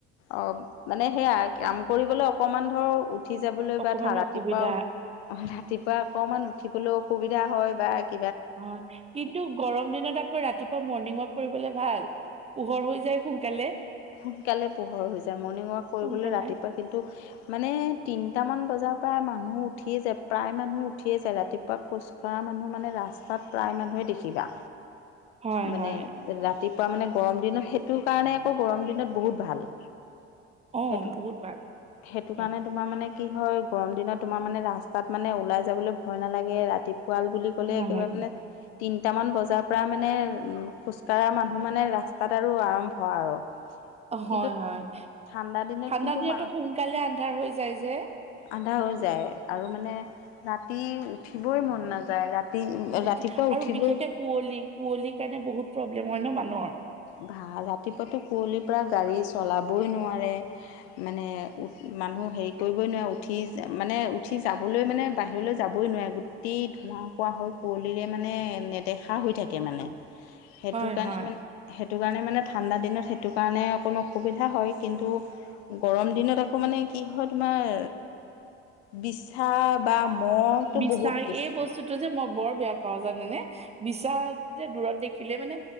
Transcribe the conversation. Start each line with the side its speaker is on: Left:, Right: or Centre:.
Left: অ মানে সেয়া কাম কৰিবলৈ অকমান ধৰ উঠি যাবলৈ
Right: অকমান
Left: বা ৰাতিপুৱাও।
Right: অসুবিধা
Left: ৰাতিপুৱা অকণমান উঠিবলৈ অসুবিধা হয় বা।
Right: হয় কিন্তু গৰম দিনত আকৌ ৰাতিপুৱা মৰ্ণিঙত। কৰিবলে ভাল পোহৰ হৈ যায় সোনকালে।
Left: সোনকালে পোহৰ হৈ যায় মৰ্ণিং ৱাক কৰিবলৈ
Right: সোনকালে
Left: ৰাতিপুৱা কিন্তু মানে তিন। টামান বজাৰ পৰা মানুহ উঠিয়ে যায় প্ৰায় মানুহ উঠিয়ে যায় ৰাতিপুৱা খোজকঢ়া মানুহ মানে ৰাস্তা। প্ৰায় মানুহে দেখিবা।
Right: হয়
Left: মানে
Right: হয়
Left: ৰাতিপুৱা মানে গৰম দিনত সেইটো কাৰণে আকৌ গৰম দিনত বহুত ভাল।
Right: অ
Left: সেইটো
Right: বহুত ভাল
Left: সেইটো
Right: দিয়ক
Left: কাৰণে তোমাৰ মানে। কি হয় গৰম দিনত তোমাৰ মানে ৰাস্তাত মানে ওলাই যাবলৈ ভয় নালাগে ৰাতি। পুৱাল বুলি ক'লে
Right: নালাগে
Left: একেবাৰে মানে তিনটা মান বজাৰ পৰা মানে। উম খোজ কাঢ়া মানুহ মানে ৰাস্তাত আৰু আৰম্ভ আৰু।
Right: হয়
Left: কিন্তু
Right: হয়
Left: ঠাণ্ডা দিনত
Right: ঠাণ্ডা
Left: কিন্তু
Right: দিনতো
Left: মা
Right: সোনকালে আন্ধাৰ হৈ যায় যে।
Left: আন্ধাৰ হৈ যায় আৰু মানে ৰাতি উঠিবই মন নাযায় ৰাতি।
Right: উঠি
Left: ৰাতিপুৱা
Right: আৰু
Left: উঠিবই
Right: বিশেষকে কুঁৱলী কুঁৱলিৰ কাৰণে বহুত প্ৰব্লেম হয় ন মানুহৰ।
Left: ভা ৰাতিপুৱাতো কুঁৱলীৰ পৰা গাড়ী চলাবই নোৱাৰে মানে। মানুহ হেৰি কৰিবই নোৱাৰে উঠি মানে উঠি যাবলৈ মানে বাহিৰলৈ যাবই নোৱাৰে গোটেই। ধোৱা কোৱা হয় কুঁৱলীৰে মানে নেদেখা হৈ থাকে মানে সেইটো
Right: হয়
Left: কাৰণে
Right: হয়
Left: মানে। সেইটো কাৰণে মানে ঠাণ্ডা দিনত সেইটো কাৰণে অকণ অসুবিধা হয় কিন্তু। গৰম দিনত আকৌ মানে কি হয় তোমাৰ বিচা বা। মহটো
Right: বিচা
Left: বহুত বেছি
Right: এই বস্তুতটো যে মই বৰ। বেয়া পাওঁ জানে নে বিচা যে দূৰত দেখিলে মানে